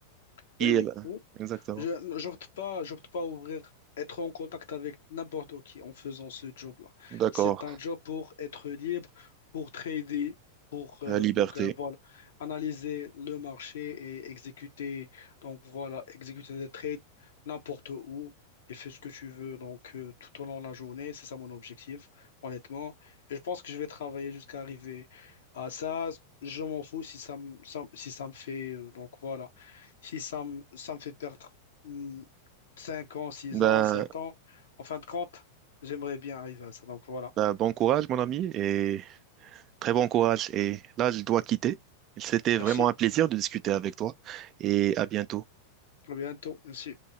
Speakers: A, on the right (about 35°); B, on the left (about 70°).
A: qui
B: Oui, oui.
A: est là. Exactement.
B: Je j'opte pas, j'opte pas à ouvrir, être en contact avec n'importe qui en faisant ce job-là.
A: D'accord.
B: C'est un job pour être libre, pour trader, pour euh,
A: La liberté.
B: donc euh, voilà, analyser le marché et exécuter donc voilà, exécuter des trades n'importe où et fais ce que tu veux donc euh, tout au long de la journée. C'est ça mon objectif, honnêtement. Et je pense que je vais travailler jusqu'à arriver à ça. Je m'en fous si ça me, ça- si ça me fait euh, donc voilà si ça me, ça me fait perdre hmm, 5 ans, 6
A: Ben,
B: ans, 7 ans. En fin de compte, j'aimerais bien arriver à ça. Donc voilà.
A: ben, bon courage, mon ami, et très bon courage. Et là, je dois quitter. C'était
B: Merci.
A: vraiment un plaisir de discuter avec toi, et à bientôt.
B: À bientôt. Merci.